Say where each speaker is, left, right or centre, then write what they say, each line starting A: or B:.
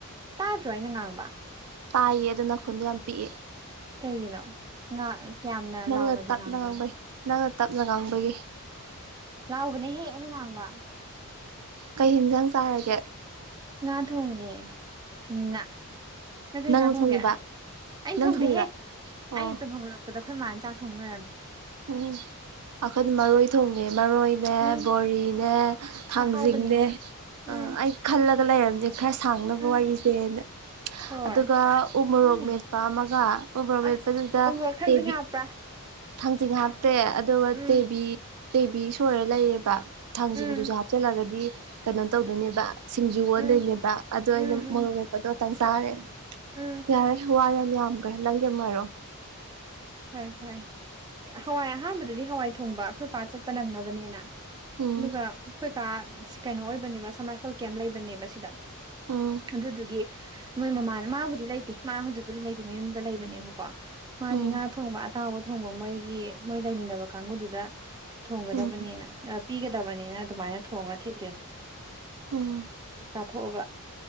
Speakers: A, on the right; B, on the right.
A: ꯇꯥꯗ꯭ꯔꯣ ꯑꯩꯅ ꯉꯥꯡꯕ
B: ꯇꯥꯏꯌꯦ ꯑꯗꯣ ꯅꯈꯣꯟꯗꯣ ꯌꯥꯝ ꯄꯤꯛꯑꯦ
A: ꯀꯩꯒꯤꯅꯣ ꯉꯥꯡ ꯀ꯭ꯌꯥꯝꯅ
B: ꯅꯪꯅ
A: ꯂꯥꯎꯅꯗꯤ
B: ꯇꯞꯅ
A: ꯉꯥꯡꯕꯅꯤ
B: ꯉꯥꯡꯕꯩ ꯅꯪꯅ ꯇꯞꯅ ꯉꯥꯡꯕꯒꯤ
A: ꯂꯥꯎꯕꯅꯤꯍꯦ ꯑꯩꯅ ꯉꯥꯡꯕ
B: ꯀꯩ ꯍꯤꯟꯖꯥꯡ ꯆꯥꯔꯒꯦ
A: ꯉꯥ ꯊꯣꯡꯉꯦ꯫ ꯎ ꯉ ꯅꯪ ꯀꯩ
B: ꯅꯪꯅ
A: ꯍꯟꯖꯥꯛ ꯊꯣꯡꯒꯦ
B: ꯊꯣꯡꯉꯤꯕ
A: ꯑꯩꯅ
B: ꯅꯪ
A: ꯊꯣꯡꯗꯦꯍꯦ
B: ꯊꯣꯡꯉꯤꯔꯥ ꯑꯣ
A: ꯑꯩꯅ ꯇꯨꯝꯍꯧꯒꯠꯂꯥꯛꯄꯗ ꯄꯗ ꯑꯩꯈꯣꯏ ꯃꯥꯅ ꯆꯥꯛ ꯊꯣꯡ ꯂꯣꯏꯔꯝꯃꯦ꯫
B: ꯎꯝ ꯑꯈꯟ ꯃꯔꯣꯏ ꯊꯣꯡꯉꯦ ꯃꯔꯣꯏ ꯅꯦ
A: ꯎꯝ
B: ꯕꯣꯔꯤꯅꯦ ꯊꯥꯡꯖꯤꯡꯅꯦ
A: ꯑꯍꯥꯎꯕꯅꯤꯅꯦ ꯎꯝ
B: ꯑ ꯑꯩ ꯈꯜꯂꯒ ꯂꯩꯔꯝꯅꯦ꯫ ꯈꯔ ꯁꯥꯡꯅꯕ
A: ꯎꯝ
B: ꯋꯥꯔꯤꯁꯦꯅ꯫
A: ꯍꯣꯏ
B: ꯑꯗꯨꯒ ꯎ ꯃꯣꯔꯣꯛ
A: ꯎꯝ
B: ꯃꯦꯠꯄ ꯑꯃꯒ ꯎ ꯃꯣꯔꯣꯛ
A: ꯑꯁ
B: ꯃꯦꯠꯄꯗꯨꯗ
A: ꯎꯃꯣꯔꯣꯛ ꯊꯥꯡꯖꯤꯡ
B: ꯇꯦꯕꯤ
A: ꯍꯥꯞꯄ꯭ꯔꯥ
B: ꯊꯥꯡꯖꯤꯡ ꯍꯥꯞꯇꯦ ꯑꯗꯨꯒ
A: ꯎꯝ
B: ꯇꯦꯕꯤ ꯇꯦꯕꯤ ꯁꯣꯏꯔ ꯂꯩꯌꯦꯕ꯫ ꯊꯥꯡꯁꯤꯡꯗꯨꯁꯨ
A: ꯎꯝ
B: ꯍꯥꯞꯆꯤꯜꯂꯒꯗꯤ ꯀꯩꯅꯣ ꯇꯧꯗꯣꯏꯅꯦꯕ꯫ ꯁꯤꯡꯖꯨ ꯑꯣꯟꯗꯣꯏꯅꯦꯕ
A: ꯎꯝ
B: ꯑꯗꯣ
A: ꯎꯝ
B: ꯑꯩꯅ
A: ꯎꯝ
B: ꯃꯣꯔꯣꯛ ꯂꯦꯄꯗꯣꯇꯪ ꯆꯥꯈꯔꯦ꯫
A: ꯎꯝ
B: ꯌꯥꯔꯦ ꯋꯥ ꯌꯥꯝ ꯌꯥꯝꯈ꯭ꯔꯦ ꯅꯪꯒꯤꯃꯨꯛ ꯍꯥꯏꯔꯛꯑꯣ꯫
A: ꯐꯔ ꯐꯔ ꯍꯋꯥꯏ ꯑꯍꯥꯟꯕꯗꯗꯤ ꯍꯋꯥꯏ ꯊꯣꯡꯕ ꯑꯩꯈꯣꯏ ꯄꯥꯠ ꯆꯠꯄ ꯅꯪꯅꯕꯅꯦꯅ꯫
B: ꯎꯝ
A: ꯑꯗꯨꯒ ꯈꯣꯏꯀꯥ ꯀꯩꯅꯣ ꯑꯣꯏꯕꯅꯦꯕ ꯁꯝ ꯔꯥꯏꯐꯜ ꯀꯦꯝ ꯂꯩꯕꯅꯦꯕ ꯁꯤꯗ꯫
B: ꯎꯝ
A: ꯑꯗꯨꯗꯨꯒꯤ ꯃꯣꯏ ꯃꯃꯥꯅ ꯃꯥꯕꯨꯗꯤ ꯂꯩꯇꯦ ꯃꯥ ꯍꯧꯖꯤꯛꯄꯨꯗꯤ ꯂꯩꯇꯦ ꯃꯌꯨꯝꯗ ꯂꯩꯕꯅꯦꯕꯀꯣ ꯃꯥꯒꯤ
B: ꯎꯝ
A: ꯉꯥ ꯊꯣꯡꯕ ꯑꯇꯥꯎꯕ ꯊꯣꯡꯕ ꯃꯣꯏꯒꯤ ꯃꯣꯏ ꯂꯩꯃꯤꯟꯅꯕ ꯀꯥꯡꯒꯨꯗꯨꯗ ꯊꯣꯡꯒꯗꯕꯅꯦꯅ
B: ꯎꯝ
A: ꯑ ꯄꯤꯒꯗꯕꯅꯤꯅ ꯑꯗꯨꯃꯥꯏꯅ ꯊꯣꯡꯉ ꯊꯤꯜꯂꯤꯅꯤ
B: ꯎꯝ
A: ꯆꯥꯊꯣꯛꯑꯒ꯫